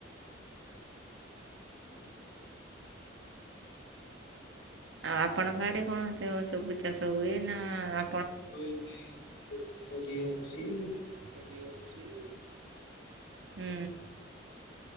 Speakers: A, on the left (about 75°); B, on the right (about 70°).
A: <inaudible>
B: ଆଉ ଆପଣଙ୍କ ଆଡେ କଣ ଚ ସବୁ ଚାଷ ହୁଏ ନା ଆ
A: ତ ଏବେ <unintelligible> ପୋଖରୀ ଅଛି।
B: କରି ଅଛି। ହୁଁ।